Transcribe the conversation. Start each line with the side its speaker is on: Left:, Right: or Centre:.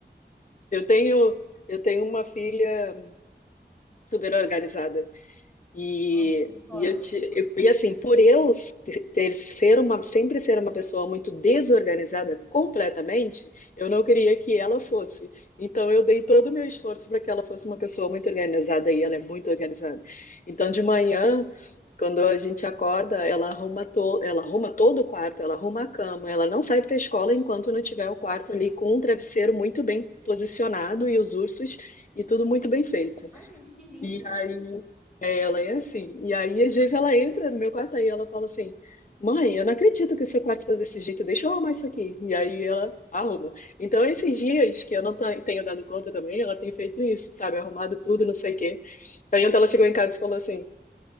Left: Eu tenho, eu tenho uma filha super organizada. E,
Centre: Nossa, que sorte
Left: e, eu te,
Centre: a sua.
Left: eu- e assim, por eu ter ser uma, sempre ser uma pessoa muito desorganizada completamente, eu não queria que ela fosse. Então eu dei todo o meu esforço para que ela fosse uma pessoa muito organizada e ela é muito organizada. Então de manhã, quando a gente acorda, ela arruma, to, ela arruma todo o quarto, ela arruma a cama, ela não sai para a escola enquanto não tiver o quarto ali com um travesseiro muito bem posicionado e os ursos e tudo muito bem feito.
Centre: Ai, gente, que linda!
Left: E aí é, ela é assim. E aí, às vezes, ela entra no meu quarto aí, ela fala assim: Mãe, eu não acredito que o seu quarto está desse jeito, deixa eu arrumar isso aqui. E aí ela arruma. Então, esses dias que eu não ta- tenho dado conta também, ela tem feito isso, sabe? Arrumado tudo, não sei o quê. Aí, ontem ela chegou em casa e falou assim: